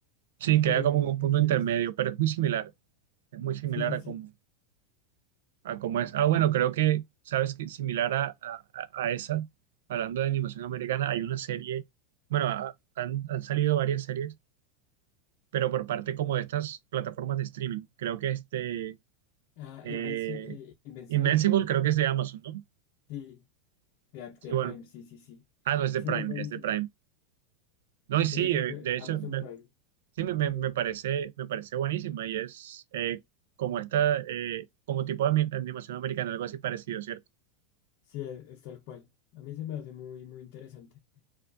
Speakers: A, on the right (about 80°); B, on the left (about 40°).
A: Sí,
B: Pero
A: queda
B: digamos
A: como en un
B: que
A: punto
B: series.
A: intermedio, pero es muy similar. Es muy similar
B: Sí, sí,
A: a
B: sí.
A: como, a como es. Ah, bueno, creo que, ¿sabes? Que similar a, a, a esa, hablando de animación americana, hay una serie, bueno, ha- han, han salido varias series, pero por parte como de estas plataformas de streaming. Creo que este,
B: Ah,
A: eh,
B: Invenci- eh, Invencible.
A: Invincible creo que es de Amazon, ¿no?
B: Sí, de, Ap- de
A: Y
B: Prime.
A: bueno,
B: Sí, sí, sí.
A: ah, no, es de
B: Sí,
A: Prime,
B: es buenísima.
A: es de Prime. No, y sí,
B: Es que creo
A: eh,
B: que
A: de hecho,
B: Amazon
A: me,
B: Prime.
A: Sí, me, me-
B: mm,
A: me parece, me parece buenísima y es eh, como esta, eh, como tipo de ami- animación americana, algo así parecido, ¿cierto?
B: Sí, es, es tal cual. A mí se me hace muy, muy interesante.